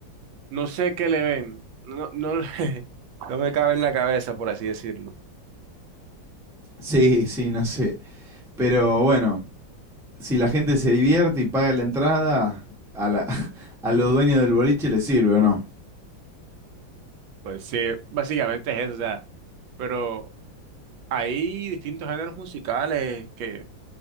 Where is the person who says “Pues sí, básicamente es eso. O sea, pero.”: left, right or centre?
Right